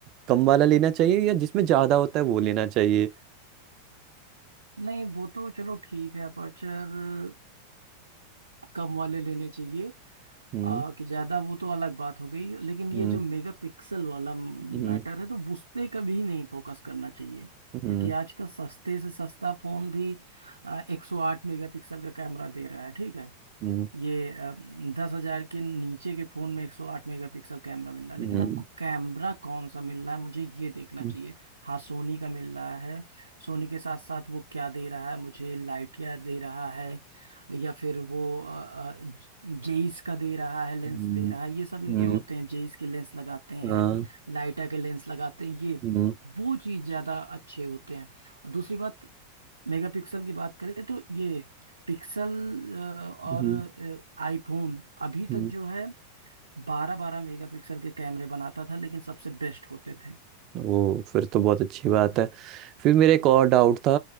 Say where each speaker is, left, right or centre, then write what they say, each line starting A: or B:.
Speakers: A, on the right; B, on the right.
A: कम वाला लेना चाहिए या जिसमें ज्यादा होता है वो लेना चाहिए
B: नहीं वो तो चलो ठीक है अपर्चर कम वाले लेने चाहिए
A: हम्म
B: आ, कि ज्यादा वो तो अलग बात हो गई लेकिन ये
A: हम्म
B: जो मेगा पिक्सल वाला मैटर
A: हम्म
B: है तो उस पे कभी नहीं फोकस करना चाहिए
A: हम्म
B: क्योंकि आज का सस्ते से सस्ता फोन भी आ, 108 मेगा पिक्सल का कैमरा दे रहा है ठीक है
A: हम्म
B: ये दस हजार के नीचे के फोन में एक सौ आठ मेगापिक्सल कैमरा मिल रहा है
A: हम्म
B: लेकिन हमको कैमरा कौन सा मिल रहा है मुझे ये देखना
A: हम्म
B: चाहिए हाँ सोनी का मिल रहा है सोनी के साथ साथ वो क्या दे रहा है मुझे लाइटिया दे रहा है या फिर वो अ, अ, जेईस का दे रहा है लेंस
A: हम्म,
B: दे रहा है ये सब इनके
A: हम्म,
B: होते हैं जेईस के लेंस लगाते हैं
A: हाँ,
B: लाइटा के लेंस लगाते हैं ये
A: हम्म,
B: वो चीज ज्यादा अच्छे होते हैं और दूसरी बात मेगापिक्सल की बात करें तो ये पिक्सल अ, और
A: हम्म,
B: आईफोन अभी
A: हम्म,
B: तक जो है बारह बारह मेगापिक्सल के कैमरे बनाता था लेकिन सबसे बेस्ट होते थे
A: ओ फिर तो बहुत अच्छी बात
B: हाँ।
A: है फिर मेरा एक
B: हम्म
A: और डाउट था